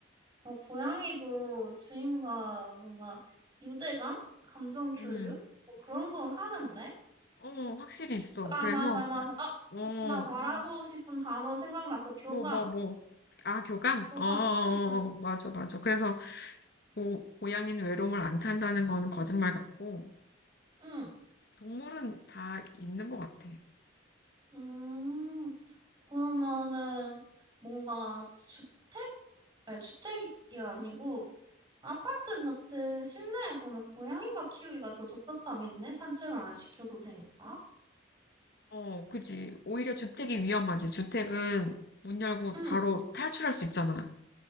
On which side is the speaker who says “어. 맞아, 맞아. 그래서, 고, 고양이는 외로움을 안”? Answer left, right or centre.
Left